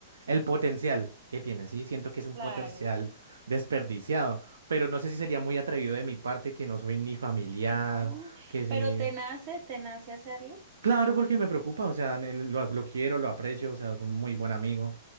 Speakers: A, on the right; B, on the right.
A: el potencial que tiene, sí, siento que es un
B: Claro,
A: potencial desperdiciado, pero no sé si sería muy atrevido de mi parte que no soy ni familiar,
B: no,
A: que sí.
B: pero te nace, te nace hacerlo.
A: Claro, porque me preocupa, o sea, ne- lo, lo quiero, lo aprecio, o sea, es un muy buen amigo